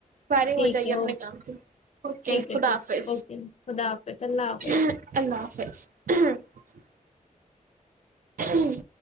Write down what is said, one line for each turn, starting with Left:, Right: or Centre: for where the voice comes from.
Right: فائرنگ
Left: ٹھیک
Right: ہو جائیے
Left: ہے اوکے
Right: اپنے کام کی اوکے
Left: ٹھیک ہے
Right: خدا
Left: ٹھیک
Right: حافظ
Left: اوکے خدا حافظ اللہ حافظ
Right: اللہ حافظ <inaudible> جی